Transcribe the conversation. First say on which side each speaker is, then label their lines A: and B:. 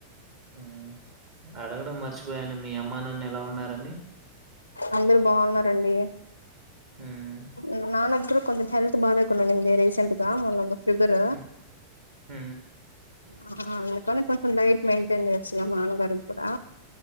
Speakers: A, on the right; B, on the left.
A: హ్మ్మ్ అడగడం మర్చిపోయాను మీ అమ్మా నాన్న ఎలా ఉన్నారు అన్ని
B: అందరు బాగున్నారండి
A: హ్మ్.
B: హ్మ్మ్ నాన్నా ఇప్పుడు కొంచెం హెల్త్ బాలేకుండింది రీసెట్గా మొన్న షుగర్
A: హ హ
B: ఆ అందుకని కొంచెం డైట్ మెయింటైన్ చేస్తున్నాం మా నాన్నగారికీ కూడా